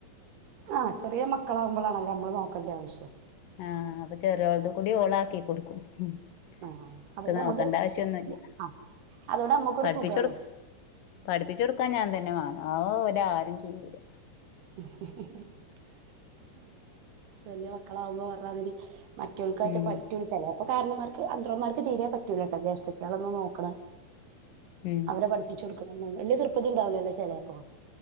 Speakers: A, on the right (about 85°); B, on the left (about 75°).
A: ആ ചെറിയ മക്കളാവുമ്പോളാണല്ലേ നമ്മള് നോക്കേണ്ട ആവശ്യം.
B: ആഹ അപ്പൊ ചെറിയോളത് കൂടി ഓളാക്കി കൊടുക്കും. മം
A: ആഹ്
B: ഇക്ക്
A: അതോണ്ട്
B: നോക്കേണ്ട
A: നമ്മക്ക്
B: ആവശ്യന്നുല്ല്യ
A: ആഹ് അതോണ്ട് നമ്മക്കൊരു
B: പഠിപ്പിച്ച്
A: സുഖാണ്
B: കൊടുക് പഠിപ്പിച്ചു കൊടുക്കാൻ ഞാൻ തന്നെ വേണം അത് ഓര് ആരും ചെയ്യൂല്ല.
A: <inaudible> വല്യ മക്കളാകുമ്പോ പറഞ്ഞതിരി മറ്റൊൽകായിട്ട്
B: ഉം
A: പാറ്റു <unintelligible> പറഞ്ഞമാതിരിക് അത്രോംമാർക്ക് തീരെ പറ്റൂലാട്ടോ ജേഷ്ടത്തിയാളെ നോക്കണേ.
B: ഉം
A: അവരെ പഠിപ്പിച്ചു കൊടുക്കണം വല്ല്യ തൃപ്പതി ഉണ്ടാവൂലല്ലോ ചേലെപ്പോ.